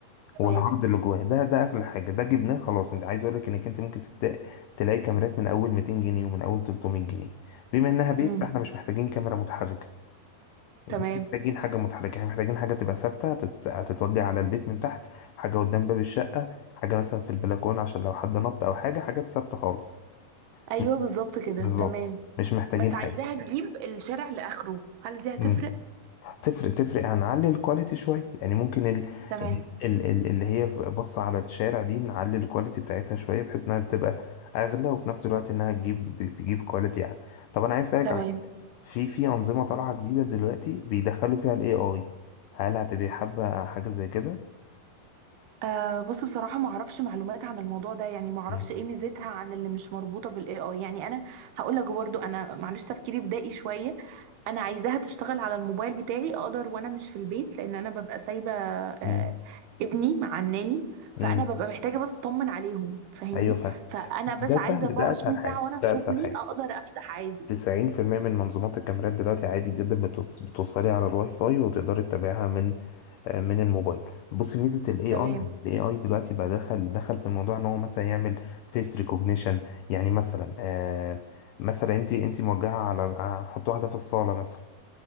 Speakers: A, on the left; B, on the right.
A: والعرض
B: تمام
A: اللي جواه ده ده اغلى حاجه ده جبناه خلاص انت عايز اقول لك انك انت ممكن تبدا تلاقي كاميرات من اول 200 جنيه ومن اول 300 جنيه بما انها بيت
B: امم
A: فاحنا مش محتاجين كاميرا متحركه
B: تمام
A: مش محتاجين حاجة متحركة احنا محتاجين حاجة تبقى ثابتة هتت- هتتوضي على البيت من تحت حاجة قدام باب الشقة حاجة مثلا في البلكونة عشان لو حد نط أو حاجة حاجات ثابتة خالص
B: ايوه
A: مش
B: بالظبط كده
A: بالظبط
B: تمام
A: مش محتاجين
B: بس عايزاها
A: حاجة
B: تجيب الشارع لاخره هل دي هتفرق
A: مم. تفرق تفرق هنعلي الكواليتي شوية يعني ممكن ال...
B: تمام
A: ال... ال... ال- اللي هي بص على الشارع دي نعلي الكواليتي بتاعتها شوية بحيث انها تبقى اغلى وفي نفس الوقت انها تجيب تجيب كواليتي يعني طب انا عايز اسالك
B: تمام
A: على حاجة في في انظمة طالعة جديدة دلوقتي بيدخلوا فيها الاي اي هل هتبقى حابة حاجة زي كده؟
B: آه بص بصراحه ما اعرفش معلومات عن الموضوع ده يعني ما اعرفش
A: مم.
B: ايه ميزتها عن اللي مش مربوطه بالاي اي يعني انا هقول لك برضو انا معلش تفكيري بدائي شويه انا عايزاها تشتغل على الموبايل بتاعي اقدر وانا مش في البيت لان انا ببقى سايبه آه
A: مم.
B: ابني مع الناني
A: مم.
B: فانا ببقى محتاجه بس اطمن عليهم فاهمني
A: ايوه فاهم
B: فانا
A: بس ده
B: بس عايزه
A: سهل ده
B: 24
A: اسهل حاجة
B: ساعه وانا في
A: ده
B: شغلي
A: اسهل حاجة
B: اقدر افتح عادي
A: 90% من منظومات الكاميرات دلوقتي عادي جدا بتوص... بتوصلي على الواي فاي وتقدري تتابعها من آه، من الموبايل بص ميزه الاي
B: تمام
A: اي الاي اي دلوقتي بقى دخل دخل في الموضوع ان هو مثلا يعمل فيس ريكوجنيشن يعني مثلا آه مثلا انت انت موجهه على هنحط واحده في الصاله مثلا